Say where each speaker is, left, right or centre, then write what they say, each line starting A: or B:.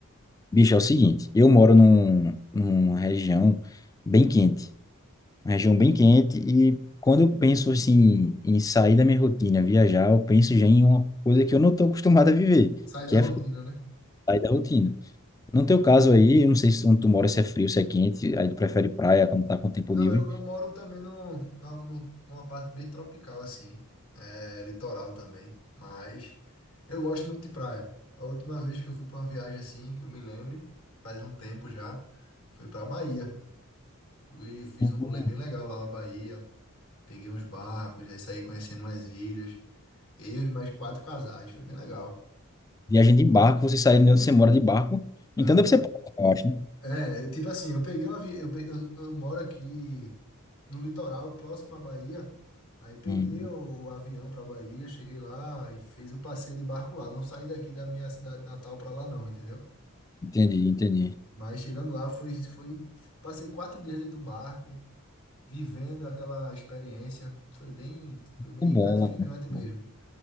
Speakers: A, on the left; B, on the left.
A: bicho, é o seguinte, eu moro num, numa região bem quente, uma região bem quente, e quando eu penso assim em sair da minha rotina, viajar, eu penso já em uma coisa que eu não estou acostumado a viver,
B: Sair
A: que
B: da
A: é
B: rotina, né?
A: sair da rotina. No teu caso aí, eu não sei se onde tu mora, se é frio, se é quente, aí tu prefere praia quando tá com tempo
B: Não,
A: livre.
B: eu, eu moro também num, num- num- numa parte bem tropical, assim, é, litoral também, mas eu gosto muito de praia. A última vez que eu fui para uma viagem assim, que eu me lembre, faz um tempo já, foi para Bahia. E fiz
A: Uhum.
B: um rolê bem legal lá na Bahia. Peguei uns barcos, aí saí conhecendo umas ilhas. Eu e mais quatro casais, foi bem legal.
A: Viagem de barco, você sair de onde você mora de barco,
B: Não,
A: então deve
B: eu-
A: ser próximo, eu acho, né?
B: é, eu- tipo assim, eu peguei uma. vi- Eu, pe- eu, eu moro aqui no litoral, próximo à Bahia. Aí peguei
A: Hum,
B: o, avião pra Bahia, cheguei lá e fiz o passeio de barco lá. Não saí daqui da minha cidade natal pra lá, não, entendeu?
A: entendi, entendi.
B: Mas chegando lá, foi, foi, passei quatro dias dentro do barco, vivendo aquela experiência. Foi bem, foi
A: Muito
B: bem
A: bom,
B: gratificante
A: mano. muito
B: mesmo.
A: bom.